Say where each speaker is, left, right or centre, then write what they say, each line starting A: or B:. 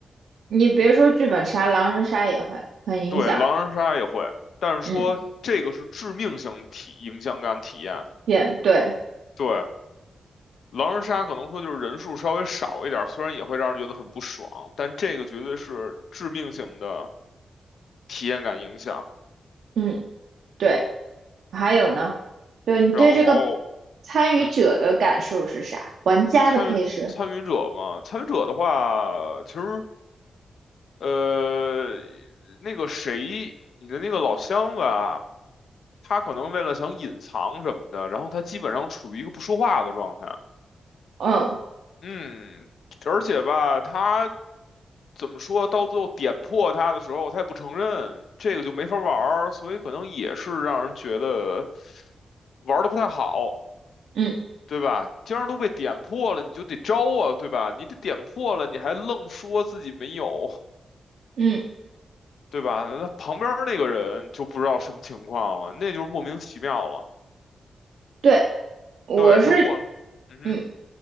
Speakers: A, on the right; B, on the left.
A: 你别说剧本杀，狼人杀也会很影响。
B: 对，狼人杀也会，但是说这个是致命性的体影响感体验。
A: 嗯，也对，
B: 对，狼人杀可能说就是人数稍微少一点儿，虽然也会让人觉得很不爽，但这个绝对是致命性的体验感影响。
A: 嗯对。还有呢，就你对这个
B: 然后
A: 参与者的感受是啥？
B: 嗯，
A: 玩家的配置，
B: 参与参与者嘛，参与者的话，其实呃，那个谁，你的那个老乡吧，他可能为了想隐藏什么的，然后他基本上处于一个不说话的状态。
A: 嗯
B: 嗯，而且吧，他怎么说，到最后点破他的时候，他也不承认，这个就没法玩儿所以可能也是让人觉得玩的不太好。
A: 嗯
B: 对吧？既然都被点破了，你就得招啊，对吧？你得点破了，你还愣说自己没有，
A: 嗯，
B: 对吧？那旁边那个人就不知道什么情况了，那就是莫名其妙了。
A: 对，我是
B: 对，他过了，嗯哼，
A: 嗯，